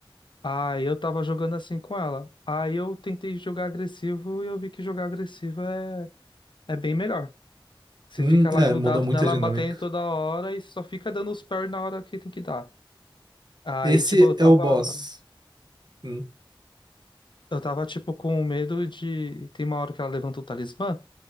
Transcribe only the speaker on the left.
Aí eu tava jogando assim com ela. Aí eu tentei jogar agressivo e eu vi que jogar agressivo é, é bem melhor. Você
fica lá
grudado
nela,
batendo toda hora e só fica dando os parry na hora que tem que dar. Aí,
tipo, eu tava,
eu tava, tipo, com medo de. Tem uma hora que ela levanta o talismã,